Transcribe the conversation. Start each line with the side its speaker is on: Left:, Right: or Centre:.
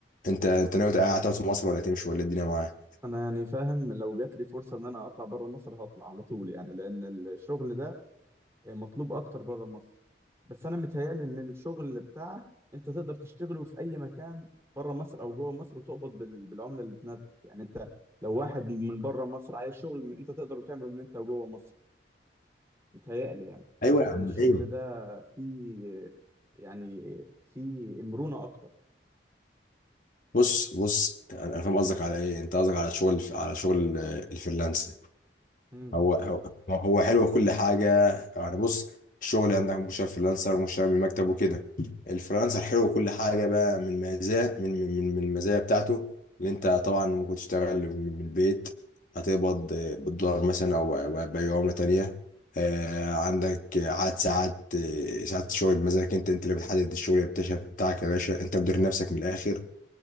Left: انت انت ناوي تقعد تقعد في مصر ولا تمشي ولا الدنيا معاك
Right: انا يعني فاهم لو جات لي فرصه ان انا اطلع بره مصر هطلع على طول يعني لان الشغل ده مطلوب اكتر بره مصر بس انا متهيألي ان الشغل اللي بتاعك انت تقدر تشتغله في اي مكان بره مصر او جوه مصر وتقبض بال- بالعمله اللي تناسبك يعني انت لو واحد من بره مصر عايز شغل انت تقدر تعمله من انت وجوه مصر متهيألي يعني
Left: ايوه يا
Right: لان
Left: عم
Right: الشغل
Left: ايوه
Right: ده فيه يعني فيه مرونه اكتر
Left: بص بص انا أنا فاهم قصدك على ايه انت قصدك على شغل على شغل الفريلانس
Right: امم
Left: هو هو هو حلو كل حاجة يعني بص الشغل عندك مشاريع فريلانسر ومشاريع بالمكتب وكده الفريلانسر حلو كل حاجة بقى من مزايا من من من من المزايا بتاعته اللي انت طبعا ممكن تشتغل من البيت هتقبض آه، بالدولار مثلا او أو بأي عملة تانية آه، عندك عدد ساعات آه، ساعات الشغل بمزاجك انت انت اللي بتحدد الشغل بتاعك يا باشا انت مدير نفسك من الاخر